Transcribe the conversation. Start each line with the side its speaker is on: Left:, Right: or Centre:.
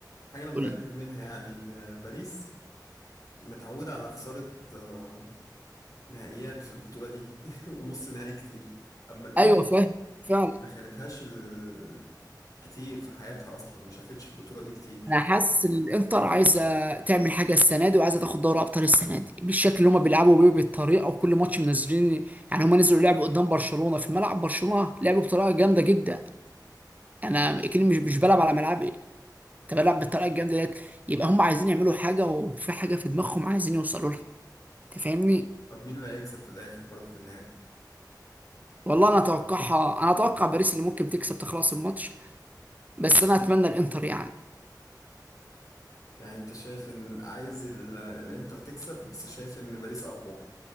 Left: حاجة انا متأكد
Right: قول لي
Left: منها يعني ان باريس متعودة على خسارة آه، نهائيات في البطولة دي <laughs> ونص نهائي كتير أما الإنتر
Right: ايوه فاهم فعلا
Left: ما دخلتهاش ال... كتير في حياتها أصلا ما شافتش البطولة دي كتير
Right: انا حاسس ان الانتر عايزه تعمل حاجه السنه دي وعايزه تاخد دوري ابطال السنه دي بالشكل اللي هم بيلعبوا بيه بالطريقه وكل ماتش منزلين يعني هم نزلوا لعبوا قدام برشلونه في ملعب برشلونه لعبوا بطريقه جامده جدا انا اكيد مش مش بلعب على ملعبي انت بلعب بالطريقه الجامده ديت يبقى هم عايزين يعملوا حاجه وفي حاجه في دماغهم عايزين يوصلوا لها انت فاهمني
Left: طب مين اللي هيكسب في الآخر برضه في النهائي
Right: والله انا اتوقعها انا اتوقع باريس اللي ممكن تكسب تخلص الماتش بس انا اتمنى الانتر يعني
Left: يعني أنت شايف إن عايز ال... الإنتر تكسب بس شايف إن باريس أقوى